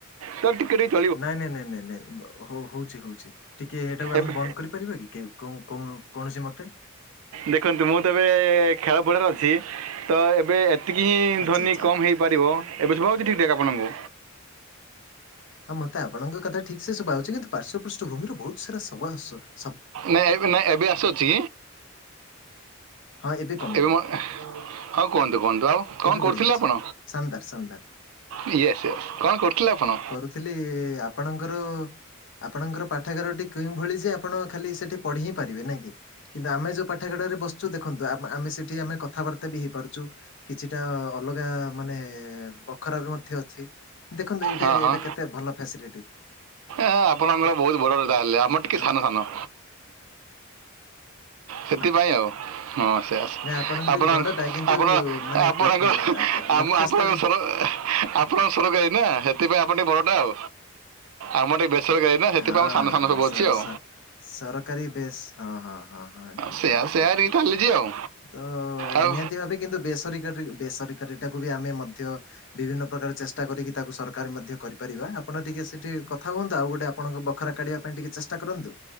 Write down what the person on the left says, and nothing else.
ନାଇଁ ନାଇଁ ନାଇଁ ନାଇଁ ନାଇଁ ହଉ ହଉଛି ହଉଛି ଟିକେ ଏଇଟାକୁ ଆମେ
ବନ୍ଦ କରି ପାରିବେ କି କେଉ କୌ କୌ କୌଣସି ମୋତେ।
ଆଚ୍ଛା
ଆଚ୍ଛା
ହଁ ମତେ ଆପଣଙ୍କ କଥା ଠିକ ସେ ସୁବା ଆଉଛି କିନ୍ତୁ ପାର୍ଶ୍ୱ ପୃଷ୍ଠଭୂମିର ବୋହୁତ ସାରା ସ
ହଁ କମିଗଲା
ଏବେ ବଢ଼ିଆ
ଅଛି
ଶାନଦାର ଶାନଦାର।
ଥିଲି ଆପଣଙ୍କର ଆପଣଙ୍କର ପାଠାଗାରଟି କେଉଁ ଭଳି ଯେ ଆପଣ ଖାଲି ସେଠି ପଢ଼ି ହିଁ ପାରିବେ ନା କି? କିନ୍ତୁ ଆମେ ଯୋଉ ପାଠାଗାଡାରେ ବଶୁଛୁ ଦେଖନ୍ତୁ ଆମେ ସେଠି ଆମେ କଥାବାର୍ତ୍ତା ବି ହେଇପାରୁଛୁ। କିଛିଟା ଅଲଗା ମାନେ ବଖରା ବି ମଧ୍ୟ ଅଛି। ଦେଖନ୍ତୁ ଏଇଟା
ଏଇଟା
କେତେ ଭଲ ଫ୍ୟାସିଲିଟି।
ଆଉ
ହ <inaudible>
ଆପଣଙ୍କର
ବି ବଡଟା କିନ୍ତୁ
ମାନେ
ପର ମ ତା
ଲକ୍ଷ୍ୟସ୍ଥଳୀ
ହଁ
ହଁ
ହଁ
ସର
ସ ସରକାରୀ ବେସ୍ ହଁ ହଁ ହଁ। ହଁ ଠିକ
ହଁ
ଠିକ
ଠିକ
ଠିକ
ତ
ନିହା ତି ଭାବେ କିନ୍ତୁ ବେସରକାରୀ ବେସରକାରୀଟାକୁ ବି ଆମେ ମଧ୍ୟ ବିଭିନ୍ନ ପ୍ରକାର ଚେଷ୍ଟା କରିକି ତାକୁ ସରକାର ମଧ୍ୟ କରିପାରିବା। ଆପଣ ଟିକେ ସେଠି କଥା ହୁଅନ୍ତୁ ଆଉ ଗୋଟେ ଆପଣଙ୍କୁ ବଖରା କାଢିବା ପାଇଁ ଟିକେ ଚେଷ୍ଟା କରନ୍ତୁ।